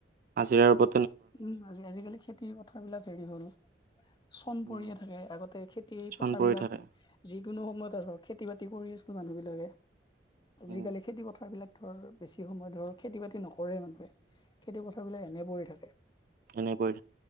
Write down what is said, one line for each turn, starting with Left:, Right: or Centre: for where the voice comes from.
Right: হাজিৰাৰ ওপ
Left: উম', আজি-আজিকালি খেতি কথা বিলাক হেৰি হল। চন
Right: উম
Left: পৰিয়ে থাকে, আগতে খেতি
Right: চন
Left: পথাৰ
Right: পৰি
Left: বিলাক
Right: থাকে
Left: যি যিকোনো সময়ত ধৰ খেতি বাতি কৰি আছিল মানুহবিলাকে, আজিকালি
Right: উম
Left: খেতি পথাৰবিলাক ধৰ বেছি সময় ধৰ খেতি বাতি নকৰে ইমানকে, খেতি পথাৰবিলাক এনেই পৰি থাকে।
Right: এনেই পৰি